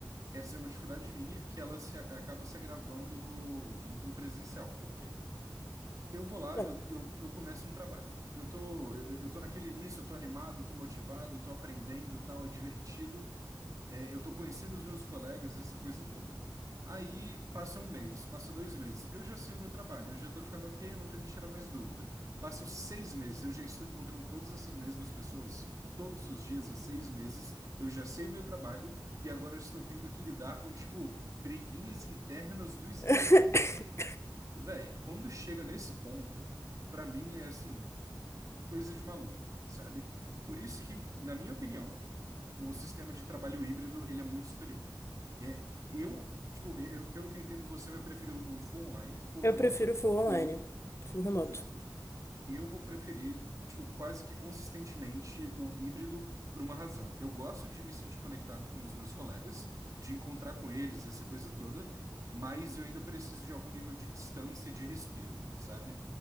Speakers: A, on the right (about 45°); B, on the left (about 35°).
A: essa é uma dificuldade minha que ela se, acaba se agravando no, no presencial. Por quê? Eu vou lá,
B: Não.
A: eu, eu, eu começo um trabalho. Eu tô, eu, eu tô naquele início, eu tô animado, eu tô motivado, eu tô aprendendo, tal, é divertido. É, eu tô conhecendo os meus colegas, essa coisa toda. Aí passa um mês, passa dois meses. Eu já sei o meu trabalho, eu já tô ficando ok, eu não tenho que tirar mais dúvida. Passam seis meses, eu já estou encontrando todas essas mesmas pessoas. Todos os dias, há seis meses, eu já sei o meu trabalho e agora eu estou tendo que lidar com, tipo, briguinhas internas do escritório.
B: <laughs>
A: Véi, quando chega nesse ponto, pra mim é assim, coisa de maluco, sabe? Por isso que, na minha opinião, o sistema de trabalho híbrido, ele é muito superior. É, eu, tipo, eu- pelo que eu entendo, você vai preferir o full online, full remoto.
B: Eu prefiro full online,
A: Eu,
B: full remoto.
A: justo, eu vou preferir, tipo, quase que consistentemente o híbrido por uma razão. Eu gosto de me sentir conectado com os meus colegas, de encontrar com eles, essa coisa toda, mas eu ainda preciso de algum nível de distância e de respiro, sabe?